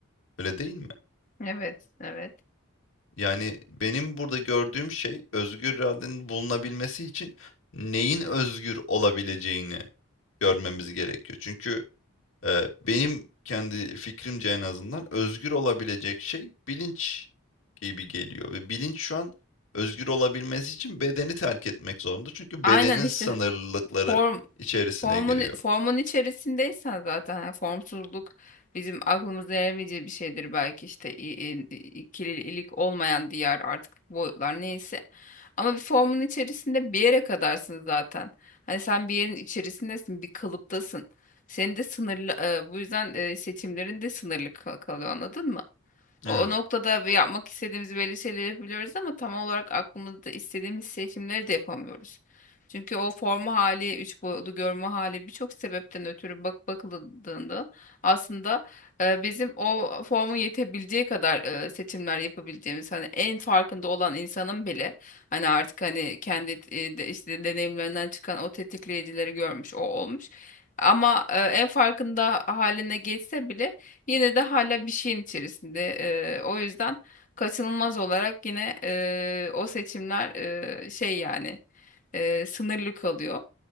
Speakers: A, on the left; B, on the left.
A: Öyle değil mi?
B: Evet, evet.
A: Yani, benim burada gördüğüm şey özgür iradenin bulunabilmesi için neyin özgür olabileceğini görmemiz gerekiyor. Çünkü Ee, benim kendi fikrimce en azından özgür olabilecek şey bilinç gibi geliyor ve bilinç şu an özgür olabilmesi için bedeni terk etmek zorunda. Çünkü
B: Aynen
A: bedenin
B: işte
A: sınırlılıkları
B: Form
A: içerisine
B: formun
A: giriyor.
B: formun içerisindeysen zaten yani formsuzluk bizim aklımıza eremeyeceği bir şeydir belki işte i- i- ikililik olmayan diğer artık boyutlar neyse. Ama bir formun içerisinde bir yere kadarsın zaten. Hani sen bir yerin içerisindesin, bir kalıptasın. Senin de sınırlı e, bu yüzden e, seçimlerin de sınırlı ka- kalıyor anladın mı? O,
A: Evet.
B: o noktada bir yapmak istediğimiz belli şeyleri yapabiliyoruz ama tam olarak aklımızda istediğimiz seçimleri de yapamıyoruz. Çünkü o forma hali, üç boyutlu görme hali birçok sebepten ötürü bak bakıldığında aslında e, bizim o forma yetebileceği kadar e, seçimler yapabileceğimiz hani en farkında olan insanın bile hani artık hani kendi e, de- işte deneyimlerinden çıkan o tetikleyicileri görmüş, o olmuş. Ama e, en farkında haline geçse bile yine de hala bir şeyin içerisinde. Eee, o yüzden kaçınılmaz olarak yine eee, o seçimler eee, şey yani eee, sınırlı kalıyor.